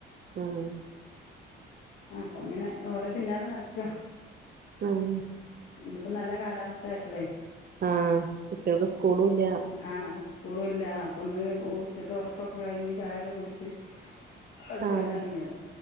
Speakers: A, on the right; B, on the left.
A: ആഹ്
B: അപ്പൊങ്ങനെ ഓലെ പിന്നാലെ നടക്കാ.
A: ഉം.
B: ഇന്നിപ്പോ നല്ല കാലാവസ്ഥ ആയപ്പോളേ
A: ആഹ്, കുട്ട്യൾക്ക് സ്കൂളൂല്ല്യ.
B: ആഹ്, സ്കൂളൂല്ലാ. അപ്പൊന്ന് ഉ ഉച്ചക്ക് ഒർക്കൊക്കെ കഴിഞ്ഞ് ചായൊക്കെ കുട്ച്ചി കളിയ്ക്കാനെറങ്ങ്യതാ.
A: ആഹ്